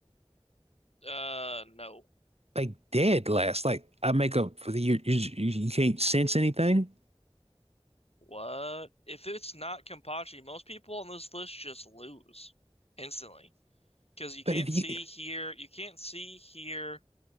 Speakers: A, on the left; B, on the right.
A: Uh, no.
B: Like dead last. Like I make up for the you you, you can't sense anything.
A: What? If it's not Kenpachi, most people on this list just lose instantly because you can't
B: But if you,
A: see, hear, you can't see, hear,